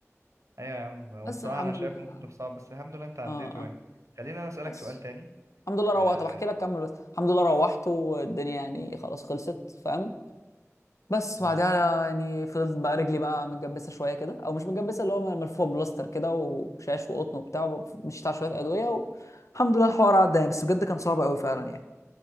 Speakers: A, on the right; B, on the left.
A: ايوه يا عم هو
B: بس
A: بصراحة
B: الحمد
A: انا شايفه
B: لله
A: موقف صعب بس الحمد لله انت عديته
B: اه اه
A: يعني خلينا انا اسألك
B: بس
A: سؤال تاني
B: الحمد لله روحت
A: آه.
B: طب احكي لك كمل بس الحمد لله روحت والدنيا يعني خلاص خلصت فاهم بس
A: مم.
B: بعدها يعني فضلت بقى رجلي بقى متجبسه شويه كده او مش متجبسه اللي هو ملفوفه بلاستر كده وشاش وقطن وبتاع مشيت على شويه ادويه و... الحمد لله الحوار عدى يعني بس بجد كان صعب قوي فعلا يعني